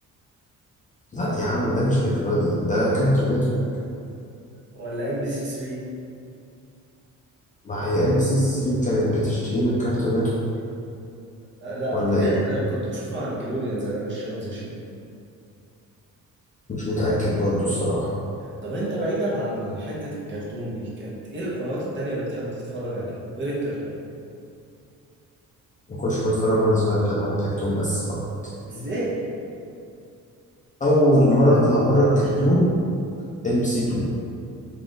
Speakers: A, on the left; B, on the right.
A: لا يا عم ده مش نيكلوديان ده كارتون نتورك
B: ولا ام بي سي 3
A: ما هي ام بي سي 3 كانت بتشتريه من كارتون نتورك
B: آه لا
A: ولا
B: متهيألي
A: ايه
B: انا كنت بشوفها على نيكلوديان زمان الشاون ذا شيب
A: مش متأكد برضه الصراحة
B: طب انت بعيدا عن حتة الكرتون دي كانت ايه القنوات التانية اللي بتحب تتفرج عليها غير الكرتون
A: ما كنتش بتفرج وانا صغير غير على كرتون بس فقط
B: ازاي
A: اول مرة اطلع بره الكرتون ام بي سي 2